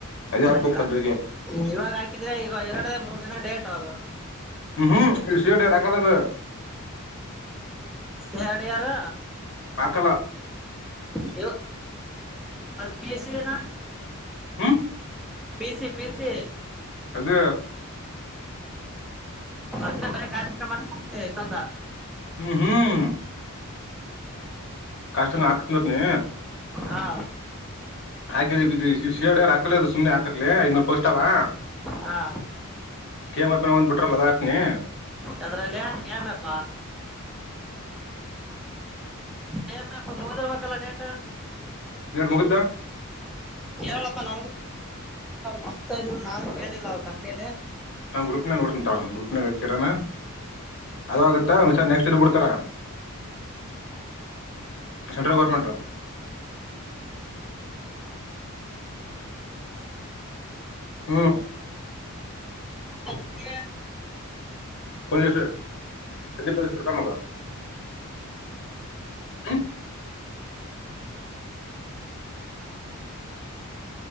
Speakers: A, on the left; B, in the centre.
A: ಅದೇ ಹಾಕ್ಬೇಕು
B: ಮಜಕ
A: ಸದ್ಯಗೆ
B: ಇವಾಗ ಹಾಕಿದ್ರೆ ಈಗ ಎರಡು ಮೂರ್ ದಿನ ಡೇಟ್ ಅದು
A: ಹ್ಮ್ ಹ್ಮ್ <unintelligible>
B: ಯಡಿಯರು
A: ಅಕಲ
B: ನೀವ ಪಿ ಎಸ್ ಸಿ ಏನ
A: ಹ್ಮ
B: ಪೀಸಿ ಪೀಸಿ
A: ಅದು
B: ಮದೆ ಮೇ ಗಾಾಸ ಕ್ರಮಾತ್ ಹೋಗತೇ ಸದಾ
A: ಹ್ಮ್ ಹ್ಮ್ ಕಾಷ್ಟ ಹಾಕ್ನರ್ ನೀ
B: ಹಾ
A: ಹಾಕಿದೀ ಶೇಡ್ಯ ಹಾಕ್ಲಿ ಅ ಸುಮ್ನೆ ಹಾಕಕ್ಲಿ ಐ್ನೂರು ಪೋಸ್್ವ
B: ಹಾ
A: ಕೇಮಪನ ಒಂದ್ ಬಿಟ್ರಲ್ಲ ಅದಾಕ್ನಿ
B: ಅದ್ರಲ್ಲಿ ಮಪ್ಪ ಕೆ ಎಂ ಎಫ್ ಹೋದಿರ್ಬೇಕಲ್ಲ ಡೇಟ್
A: ದಿನಾಂಕ ಮುಗ್ದ
B: ಕೇಳಪ್ಪಾ ನನ್ಗೂ ಮತ ಇದು ನಾನು ಕೇಳಿಲ್ಲ ಅವ ತಂಗೇಲಿ
A: ನಾ ಗ್ರೂಪ್ ನ ನೋಡ್ತಂತಾ ಗ್ರೂಪ್ನ ಹೇಕರಾನ ಅದ ಆಾಗುತ್ತತ್ತ ಒಂದ್ಸ ನೆಕ್ಸ್ಟ್ ಡ್ ಬಿಡ್ತಾರೆ ಸೆಂಟ್ರಲ್ ಗೌರ್ಮೆಂಟ
B: ಹಾ <inaudible>
A: ಹ್ಮ್
B: ಮಾಡಿದ್ರಿ?
A: ಪೊಲೀಸ್ ಎಲ್ಲಿ ಪಸಪಡ್ತ ಮದ ಹ